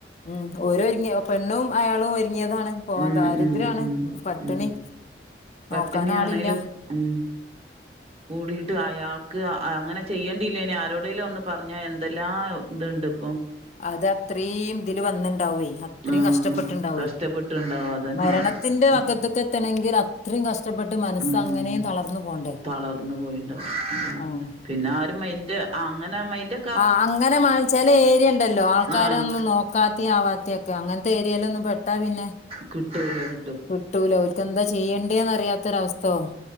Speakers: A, on the left; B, on the right.
A: ഉം ഓരൊരുങ്ങിയ ആഹ് പെണ്ണും അയാളും ഒരുങ്ങിയതാണ് പോവാൻ
B: ഉം.
A: ദാരിദ്ര്യാണ്
B: ഉം. ഉം.
A: പട്ടിണി
B: ഉം. പട്ടിണിയാണേലും
A: നോക്കാനാളില്ല
B: ഉം കൂടിയിട്ട് അയാൾക്ക് അ അങ്ങനെ ചെയ്യേണ്ടില്ലേനി ആരോടേലും ഒന്ന് പറഞ്ഞാ എന്തെല്ലാം ന്തോണ്ട് ഇപ്പം
A: അത് അത്രീം തില് വന്ന്ണ്ടാവേ അത്രീം
B: ആഹ്.
A: കഷ്ടപ്പെട്ടിട്ടുണ്ടാവേ
B: കഷ്ടപ്പെട്ടുണ്ടാവും അതന്നാവും.
A: മരണത്തിന്റെ
B: ഉം.
A: വക്കത്ത്ക്കത്തണങ്കില് അത്രീം കഷ്ടപ്പെട്ട് മനസ്സ്
B: ആഹ്.
A: അങ്ങനേം തളർന്നു പോണ്ടേ
B: തളർന്നു പോയിണ്ടാവും അതാണ്
A: ആഹ്
B: പിന്നെ ആരും മൈന്റ് അങ്ങനാ മൈന്റ്
A: ആ അങ്ങനെ മാ ചെല ഏരിയണ്ടല്ലോ ആൾക്കാരെ
B: ആഹ്
A: ഒന്നും നോ ക്കാത്തി ആവാത്തിയൊക്കെ അങ്ങൻത്തെ ഏരിയെല് ഒന്ന് പെട്ടാ പിന്നെ
B: കിട്ടുവല്ലോ അത്
A: വിട്ടൂല ഓൽക്കെന്താ ചെയ്യേണ്ടിയേന്ന് അറിയാത്തൊരവസ്ഥാവും